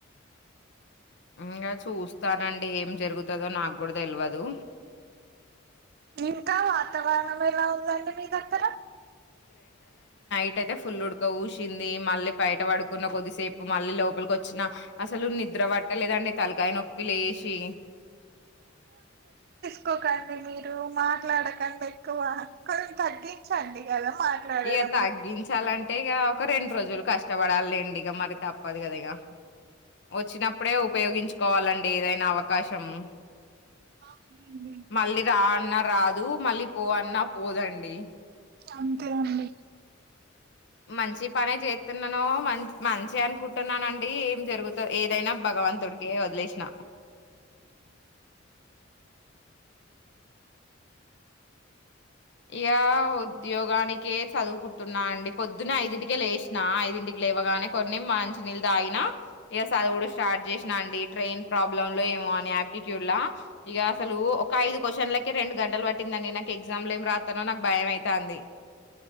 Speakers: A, on the left; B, on the right.
A: ఇంకా చూస్తానండి ఏం జరుగుతదో నాకు కూడా తెలియదు
B: నింకా వాతవరణమెల ఉందండి మీదగ్గర
A: ఇట్యితే ఫుల్ ఉడక ఊసింది మళ్ళీ బయట పడుకున్న కొద్దిసేపు మళ్ళీ లోపలికొచ్చిన అసలు నిద్ర పట్టలేదండి తలకాయ నొప్పి లేసి
B: ఎక్కుకండి మీరు మాట్లాడకండెక్కువ కొంచెం తగ్గించండి కదా మాట్లాడడం
A: ఈయ తగ్గించాలన్
B: మరి
A: అంటేక ఒక రెండు రోజులు కష్టపడాలి లేండి ఇక మరి తప్పదు కదా ఇగ వచ్చినప్పుడే ఉపయోగించుకోవాలండి ఏదైనా అవకాశము
B: అవునండి
A: మళ్ళీ రా అన్నారు రాదు మళ్ళీ పో అన్నా పోదండి
B: అంతే అండి
A: మంచి పనే చేస్తున్నానో మన్ మంచి అనుకుంటున్నానండి ఏం జరుగుతు ఏదైనా భగవంతుడికే వదిలేసిన ఇక ఉద్యోగానికి కే చదువుకుంటున్నా అండి పొద్దున్న ఐదింటికే లేసిన ఐదింటికి లేవగానే కొన్ని మంచ నీళ్ళు తాగిన ఇక చదువుడు స్టార్ట్ చేసినా అండి ట్రైన్ ప్రాబ్లమ్ లో ఏమో అని ఆయాప్టిట్యూడ్ ల ఇక అసలు ఒక ఐదు క్వ్చన్లకె రెండు గంటలు పట్టిందండి నాకు ఎగ్జామ్ లో ఏం రాత్ తనో నాకు భయంమయితంది